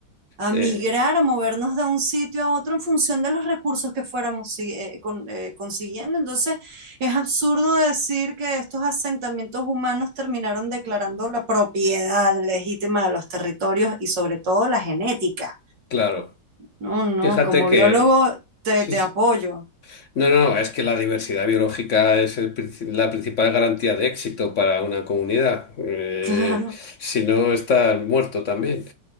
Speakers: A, on the right (about 80°); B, on the left (about 50°).
A: a
B: Eh,
A: migrar, a movernos de un sitio a otro en función de los recursos que fuéramos si- eh, con- eh, consiguiendo. Entonces, es absurdo decir que estos asentamientos humanos terminaron declarando la propiedad legítima de los territorios y sobre todo la genética.
B: claro,
A: No, no,
B: fíjate
A: como
B: que...
A: biólogo te,
B: sí,
A: te
B: sí.
A: apoyo. <laughs>
B: No, no, es que la diversidad biológica es el princi- la principal garantía de éxito para una comunidad. Eh,
A: Claro,
B: si no, estás muerto también.